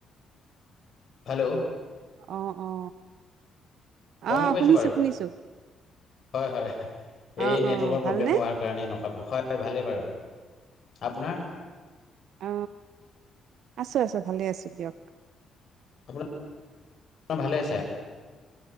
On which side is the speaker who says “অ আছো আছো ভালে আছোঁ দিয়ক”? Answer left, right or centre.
Right